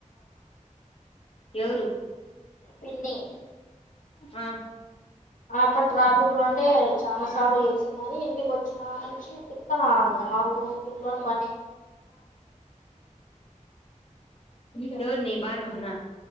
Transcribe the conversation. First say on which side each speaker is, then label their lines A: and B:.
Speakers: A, on the left; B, on the left.
A: ఎవరు
B: పిన్ని
A: ఆ
B: ఆపా ట్రాఫిక్ లో ఉంటే చానసార్లు చేసింది అని ఇంటికి వచ్చినాంచి నాడు ఇంగ నన్నూ పిల్లొన్ని
A: ఎవర్ని భార్గవ్ న